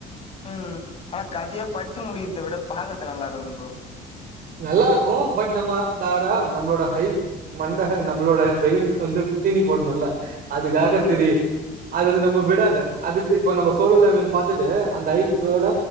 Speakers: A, on the left (about 35°); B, on the right (about 60°).
A: உம் ஆனா கதயா பட்ச்சு முடிக்கர்த விட பாக்கர்து நல்லாருக்கும் ப்ரோ
B: நல்லா இருக்கும் பட் நம்ம தாட நம்ளோட ஹைப் மண்ட நம்ளோட ப்ரெய்னுக்கு வந்து தீணி போட்ணுல்ல அதுக்காக
A: ம்
B: செரி அதுது நம்ள விடாது அதுக்கு இப்ப நம்ம சோலோ லெவளிங் பாத்துட்டு அந்த ஐப்போட